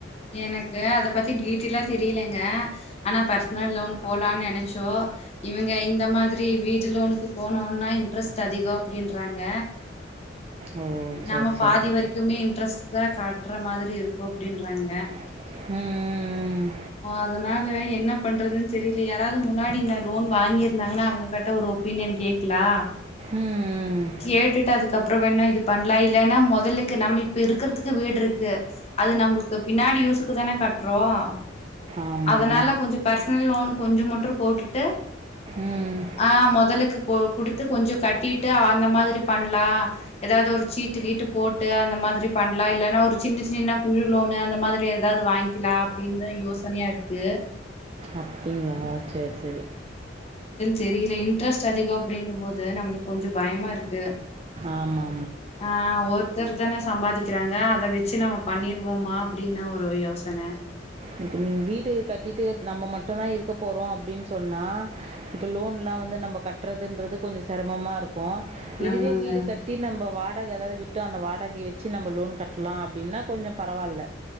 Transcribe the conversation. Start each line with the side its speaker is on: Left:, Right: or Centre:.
Left: எனக்கு அத பத்தி டீட்டெயலா தெரியலங்க ஆனா பர்சனல் லவுன் போலாம்னு நினைச்சோம் இவங்க இந்த மாதிரி வீடு லோனுக்கு போனோனா இன்ட்ரெஸ்ட் அதிகம் அப்படின்றாங்க
Right: ஓ! சரி,
Left: நம்ம
Right: சரி.
Left: பாதி வரைக்குமே இன்ட்ரெஸ்ட் தான் காட்டுறோ ற மாதிரி இருக்கும் அப்படின்றாங்க
Right: ம் ம் ம்
Left: அதனால என்ன பண்றதுன்னு தெரியல யாராவது முன்னாடி இந்த லோன் வாங்கிிருந்தாங்கன்னா அவங்க கிட்ட ஒரு ஒப்பீனியன் கேட்கலா
Right: ம், ம். ம், ம்.
Left: கேட்டுட்டு அதுக்கப்புறம் வேனா இது பண்லாம் இல்லலைன்னா முதலுக்கு நம்ம இப்ப இருக்கறிறதுக்கு வீடு இருக்கு அது நம்மளுக்கு பின்னாடி யூசுக்கு தானே கட்டுறோம்
Right: ஆமா.
Left: அதனால கொஞ்சம் பர்சனல் லோனுக் கொஞ்ச மட்டும் போட்டுட்டு
Right: ம்.
Left: ஆ மொதலக்கு குடுத்து கொஞ்சம் கட்டிட்டு அந்த மாதிரி பண்லாம் ஏதாவது ஒரு சீட்டு கீட்டு போட்டு அந்த மாதிரி பண்லாம் இல்லன்னா ஒரு சின்ன சின்ன குழு லோனுு அந்த மாதிரி ஏதாவது வாங்கிக்கலாம் அப்படின்ற யோசனையா இருக்கு
Right: அப்படிங்களா செரி செரி
Left: தெரியல இன்ட்ரெஸ்ட் அதிகம் அப்படிங்கும் போது நம்மளுக்கு கொஞ்சம் பயமா இருக்கு
Right: ஆமா
Left: ஆஹ் ஓத்துற தான சம்பாதிக்க வக்கிறாங்க அத வச்சு நம்ம பண்ணிருவோமா அப்படின்னு ஒரு யோசனை
Right: இப்ப நீ வீடு கட்டிட்டு நம்ம மட்டுந்தா இருக்க போறோ அப்படின்னு சொன்னா இப்ப லோன் எல்லா வந்து நம்ம கட்டுறதுன்றது கொஞ்சம் சிரமமா இருக் ப்போ இதுவே
Left: ஆமாங்க
Right: வீடு கட்டி நம்ம வாழ் வாடகை ஏதாவது விட்டும் அந்த வாடகை வச்சு நம்ம லோன் கட்டலா அப்படின்னா கொஞ்ச பரவாயில்ல